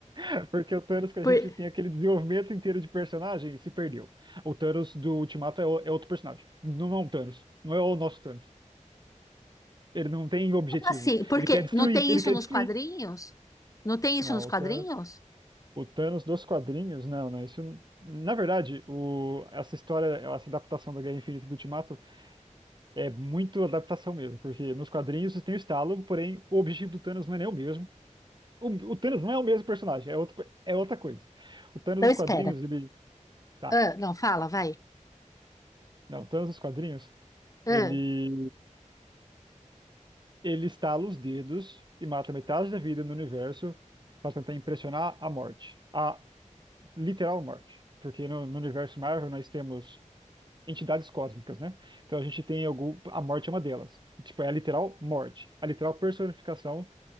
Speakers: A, on the right (about 35°); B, on the left (about 25°).
A: É Porque o Thanos que
B: Por,
A: a gente tem aquele desenvolvimento inteiro de personagem se perdeu. O Thanos do Ultimato é, o- é outro personagem. Não é um Thanos. Não é o nosso Thanos. Ele não tem objetivo.
B: como assim, porque
A: Ele quer destruir.
B: não tem
A: Ele
B: isso
A: quer
B: nos
A: destruir.
B: quadrinhos? Não tem isso
A: Não,
B: nos quadrinhos?
A: o Thanos. O Thanos dos quadrinhos, não, não. Isso, na verdade, o, essa história, essa adaptação da Guerra Infinita e do Ultimato é muito adaptação mesmo, porque nos quadrinhos tem o estalo, porém o objetivo do Thanos não é nem o mesmo. O, o Thanos não é o mesmo personagem, é outro, é outra coisa. O Thanos
B: Não,
A: dos
B: espera.
A: quadrinhos, ele. tá.
B: Ah, não, fala, vai.
A: tá. Não, todos os quadrinhos.
B: Ah,
A: Ele, ele estala os dedos e mata metade da vida no universo para tentar impressionar a morte, a literal morte. Porque no, no universo Marvel nós temos entidades cósmicas, né? Então a gente tem algum, a morte é uma delas. Tipo, é a literal morte, a literal personificação